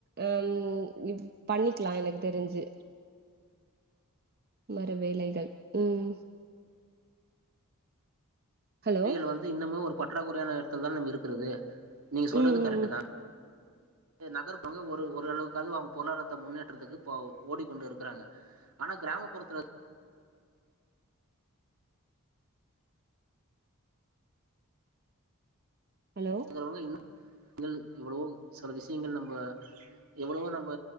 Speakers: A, on the right; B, on the right.
A: உம் பண்ணிக்கலா எனக் தெரிஞ்சு ஒரு வேலைகள் ம் ஹலோ
B: பி எல் வந்து இன்னமு ஒரு பற்றாக்குறையான இடத்துலதான இருக்கிறது நீங்க சொல்றது
A: ம்
B: கரெக்ட்
A: ம் ம்.
B: தா ஆ நகர்ப்புங்க ஒரு ஓரளவுக்காவது அவங்க பொருளாதாரத்த முன்னேற்றத்துக்கு ஓடிக்கொண்டு இருக்கிறாங்க ஆனா கிராமப்புறத்தல
A: ஹலோ
B: போக இன்னு <unintelligible> எவ்ளோ சில விஷயங்கள் நம்ப எவ்ளோவோ நம்ம